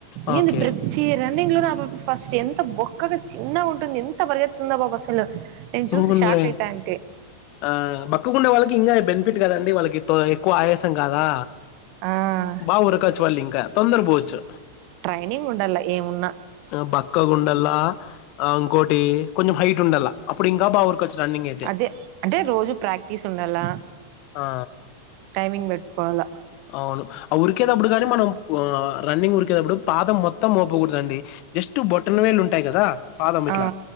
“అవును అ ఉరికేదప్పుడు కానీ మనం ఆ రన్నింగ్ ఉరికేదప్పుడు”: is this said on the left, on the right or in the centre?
Left